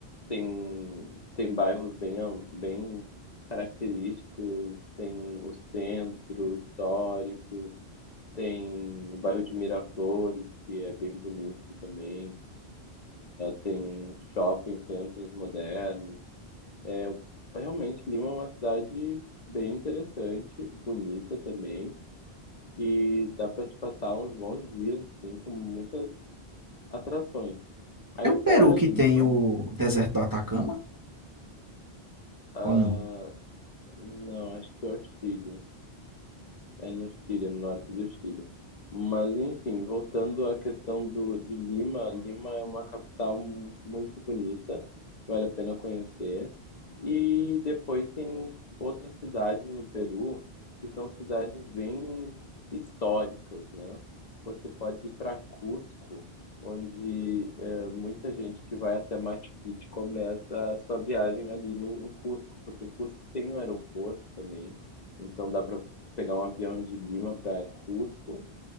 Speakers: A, on the left; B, on the right.
A: tem tem bairros bem am bem característicos, tem o centro histórico, tem o bairro de Miraflores, que é bem bonito também. tem shopping centros modernos. É, realmente, Lima é uma cidade bem interessante, bonita também, que dá para se passar uns bons dias, assim, com muitas atrações. Aí
B: É o Peru
A: fora
B: que
A: Lima,
B: tem o deserto do Atacama,
A: ah,
B: ou não?
A: não, acho que é o Chile. É no Chile, é no norte do Chile. Mas, enfim, voltando à questão do, de Lima, Lima é uma capital mu- muito bonita, vale a pena conhecer. E depois tem outras cidades no Peru que são cidades bem históricas, né? Você pode ir para Cusco, onde eh, muita gente que vai até Machu Picchu começa a sua viagem ali no, em Cusco, porque Cusco tem um aeroporto também. Então dá para pegar um avião de Lima para Cusco